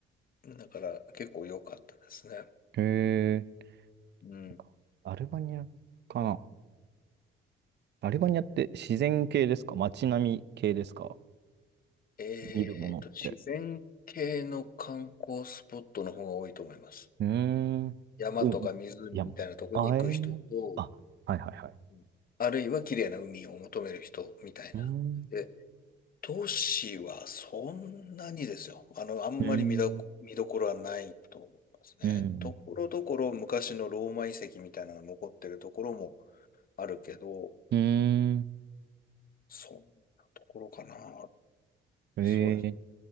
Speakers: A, on the left; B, on the right.
A: だから結構良かったですね。
B: うん。へえ
A: うん。
B: なんかアルバニアかな。アルバニアって自然系ですか街並み系ですか
A: えーと、
B: 見るものって。
A: 自然系の観光スポットの方が多いと思います。
B: うーん。
A: 山とか湖みたいなとこに行く人と、
B: うん。いや、あえー、あ、はいはいはい。
A: うんあるいは綺麗な海を求める人みたいな。
B: うーん。
A: で、都市はそんなにですよ。あの、あんまり見どこ、
B: うーん。
A: 見どころはないと思いますね。
B: うん。
A: ところどころ昔のローマ遺跡みたいなのが残ってるところもあるけど、
B: うーん。
A: そんなところかな。
B: えー。
A: そうですね。